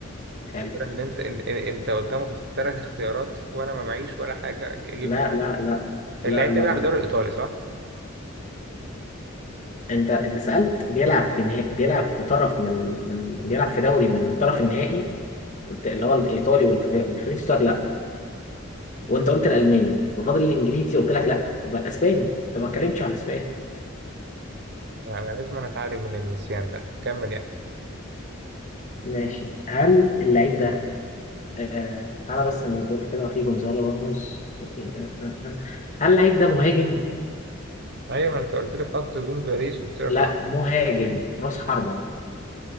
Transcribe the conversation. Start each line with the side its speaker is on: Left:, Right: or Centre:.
Left: حلو
Right: المشكلة ان انت إن إن- انت قدامك ثلاث اختيارات وانا ما معيش ولا حاجة أج- اجيب
Left: لا
Right: منها
Left: لا لا لا
Right: اللاعب
Left: لا
Right: ده بيلعب
Left: لا
Right: في الدوري الايطالي صح؟
Left: انت انت سألت بيلعب في نها... بيلعب في طرف من من بيلعب في دوري من طرف النهائي قلت اللي هو الايطالي والف... والفرنسي قلت لك لا وانت قلت الالماني وفاضل الانجليزي قلت لك لا يبقى الاسباني طب ما اتكلمتش عن الاسباني
Right: يعني لازم انا اتعالج من النسيان ده كمل يعني
Left: ماشي هل اللعيب ده آه... تعالى بس نقول كده في جونزالو راموس في... آه، آه، آه. هل اللعيب ده مهاجم؟
Right: ايوه ما انت قلت لي في خط جون باريس قلت لك
Left: لا
Right: اه
Left: مهاجم راس حربة